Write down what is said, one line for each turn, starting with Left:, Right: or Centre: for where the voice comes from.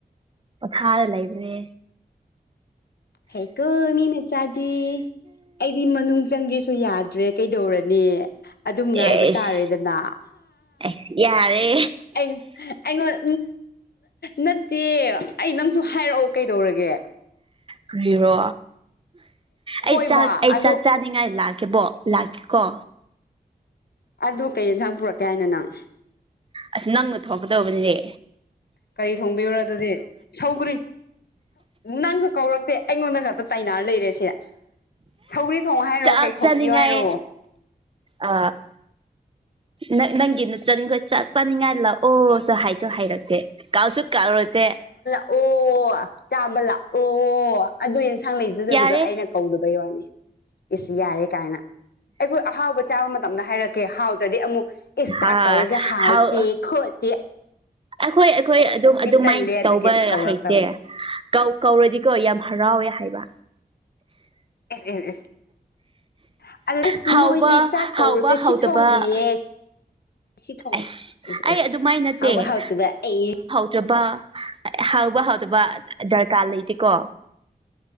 Right: ꯄꯣꯊꯥꯔ ꯂꯩꯕꯅꯦ
Left: ꯐꯩꯀꯣ ꯃꯤ ꯃꯆꯥꯗꯤ ꯑꯩꯗꯤ ꯃꯅꯨꯡ ꯆꯪꯒꯦꯁꯨ ꯌꯥꯗ꯭ꯔꯦ ꯀꯩꯗꯧꯔꯅꯤ ꯑꯗꯨꯝ ꯉꯥꯏꯕ
Right: ꯑꯦꯁ
Left: ꯇꯥꯔꯦꯗꯅ
Right: ꯑꯩꯁ ꯌꯥꯔꯦ
Left: ꯑꯩꯉꯣꯟ ꯅꯠꯇꯦ ꯑꯩ ꯅꯪꯁꯨ ꯍꯥꯏꯔꯛꯑꯣ ꯀꯩꯗꯧꯔꯒꯦ
Right: ꯀꯔꯤꯔꯣ
Left: ꯍꯣꯏꯕ
Right: ꯑꯩ ꯆꯥꯛ ꯑꯩ
Left: ꯑꯗꯣ
Right: ꯆꯥꯛ ꯆꯥ ꯍꯥꯏꯅꯤꯡꯉꯥꯏ ꯂꯥꯛꯀꯦꯕꯣ ꯂꯥꯛꯀꯦ ꯀꯣ
Left: ꯑꯗꯨ ꯀꯩ ꯌꯦꯟꯖꯥꯡ ꯄꯨꯔꯛꯀꯦ ꯍꯥꯏꯅꯣ ꯅꯪ
Right: ꯑꯁ ꯅꯪꯅ ꯊꯣꯛꯀꯗꯧꯕꯅꯤꯅꯦ
Left: ꯀꯔꯤ ꯊꯣꯡꯕꯤꯔꯣ ꯑꯗꯨꯗꯤ ꯁꯧꯈ꯭ꯔꯤ ꯅꯪꯁꯨ ꯀꯧꯔꯛꯇꯦ ꯑꯩꯉꯣꯟꯗ ꯈꯛꯇ ꯇꯥꯏꯅꯥꯔ ꯂꯩꯔꯦ ꯁꯤꯦ ꯁꯧ꯭ꯔꯤ ꯊꯣꯡ ꯍꯥꯏꯔꯣ
Right: ꯆꯥꯛ
Left: ꯀꯩ ꯊꯣꯡꯕꯤꯌꯨ
Right: ꯆꯥꯅꯤꯡꯉꯥꯏ
Left: ꯍꯥꯏꯔꯣ
Right: ꯑ ꯅ ꯅꯪꯒꯤ ꯅꯆꯟꯈꯣꯏ ꯆꯠꯄꯅꯤꯉꯥꯏ ꯂꯥꯛꯑꯣꯁꯨ ꯍꯥꯏ ꯁꯨ ꯍꯥꯏꯩꯔꯛꯇꯦ ꯀꯥꯎꯁꯨ ꯀꯥꯎꯔꯗꯦ
Left: ꯑꯣ ꯆꯥꯕ ꯂꯥꯛꯑꯣ ꯑꯗꯨ ꯌꯦꯟꯁꯥꯡ ꯂꯩꯖꯗꯕꯗꯣ
Right: ꯌꯥꯔꯦ
Left: ꯑꯩꯅ ꯀꯧꯗꯕꯩ ꯋꯥꯅꯤ ꯏꯁ ꯌꯥꯔꯦ ꯀꯥꯏꯅ ꯑꯩꯈꯣꯏ ꯑꯍꯥꯎꯕ ꯆꯥꯕ ꯃꯇꯝꯗ ꯍꯥꯏꯔꯛꯀꯦ ꯍꯥꯎꯗꯗꯤ ꯑꯃꯨꯛ ꯏꯁꯀꯋꯥꯔꯒ
Right: ꯍꯥ
Left: ꯍꯥꯎꯇ
Right: ꯍꯥꯎ
Left: ꯈꯣꯇꯤ
Right: ꯑꯩꯈꯣꯏ ꯑꯩꯈꯣꯏ ꯑꯗꯨꯝ ꯑꯗꯨꯃꯥꯏꯅ
Left: ꯇꯜꯂꯦ ꯑꯗꯨꯒꯤ
Right: ꯇꯧꯕ
Left: ꯀꯧꯔꯛꯇꯕꯅꯤ
Right: ꯍꯩꯇꯦ ꯀꯧ ꯀꯧꯔꯗꯤꯀꯣ ꯌꯥꯝ ꯍꯔꯥꯎꯋꯦ ꯍꯥꯏꯕ
Left: <unintelligible>
Right: ꯍꯥꯎꯕ
Left: ꯃꯣꯏꯗꯤ ꯆꯥꯛ
Right: ꯍꯥꯎꯕ
Left: ꯀꯧꯔꯒ
Right: ꯍꯥꯎꯇꯕ
Left: ꯁꯤ ꯊꯣꯡꯕꯤꯌꯦ ꯁꯤ <unintelligible>
Right: ꯑꯁ ꯑꯩ ꯑꯗꯨꯃꯥꯏ ꯅꯠꯇꯦ
Left: ꯍꯥꯎꯕ ꯍꯥꯎꯇꯕ ꯑꯦ
Right: <unintelligible> ꯍꯥꯎꯕ ꯍꯥꯎꯗꯕ ꯗꯔꯀꯥꯔ ꯂꯩꯇꯦꯀꯣ